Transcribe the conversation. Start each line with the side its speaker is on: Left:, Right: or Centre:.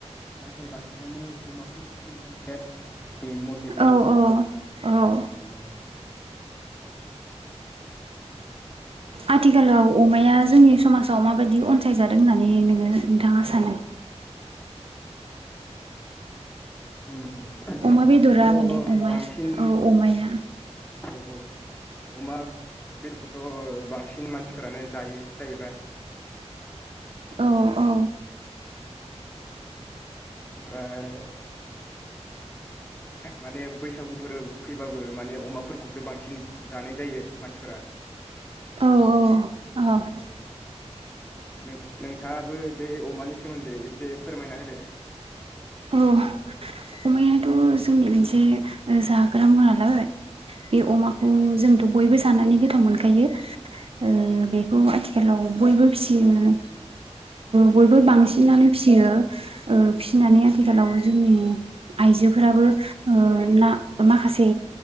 Left: नाथाय बांसिनानो अमा खुरथि जायजै आरो ना आंनि मथेब्ला
Right: औ औ औ
Left: औ
Right: आथिखालाव अमाया जोंनि समाजाव माबायदि अनसायजादों होननानै नोङो नोंथाङा सानो
Left: उम
Right: अमा
Left: अमाखौथ'
Right: बेदरा माने अमाया
Left: बांसिन
Right: औ अमाया
Left: औ औ अमा बेदरखौथ' बांसिन मानसिफोरानो जायो जाहैबाय
Right: औ औ
Left: ओमफ्राय माने बैसागुफोर फैबाबो माने अमाफोरखौसो बांसिन जानाय जायो मानसिफोरा
Right: औ औ अह
Left: औ नों नोंथाङाबो बे अमानि सोमोन्दै एसे फोरमायना होदो।
Right: औ अमायाथ' जोंनि मोनसे जाग्रा मुवा। नालाय बे अमाखौ
Left: औ
Right: जोंथ' बयबो जानानै गोजो गोथाव मोनखायो ओ बेखौ आथिखालाव बयबो फिसियो बयबो ओ बांसिनानो फिसियो ओ फिसिनानै आथिखालाव जोंनि आइजोफोराबो ओ ना माखासे